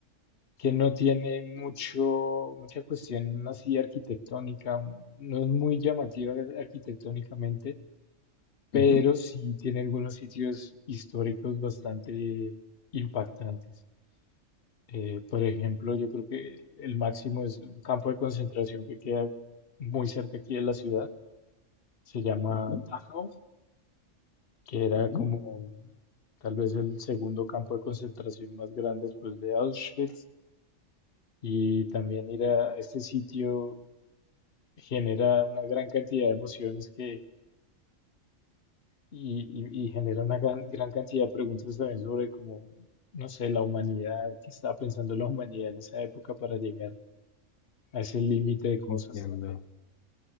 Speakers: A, on the left; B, on the left.
A: que no tiene mucho, mucha cuestión así arquitectónica, no es muy llamativa arquitectónicamente, pero
B: Ujú,
A: sí tiene algunos sitios históricos bastante impactantes. Eh, por ejemplo, yo creo que el máximo es un campo de concentración que queda muy cerca aquí de la ciudad se llama
B: ujú,
A: Dachau, que era
B: ujú.
A: como tal vez el segundo campo de concentración más grande después de Auschwitz. Y también ir a este sitio genera una gran cantidad de emociones que, y, y- y genera una gran, gran cantidad de preguntas también sobre cómo, no sé, la humanidad, qué estaba pensando la humanidad en esa época para llegar a ese límite de cosas
B: Entiendo.
A: también.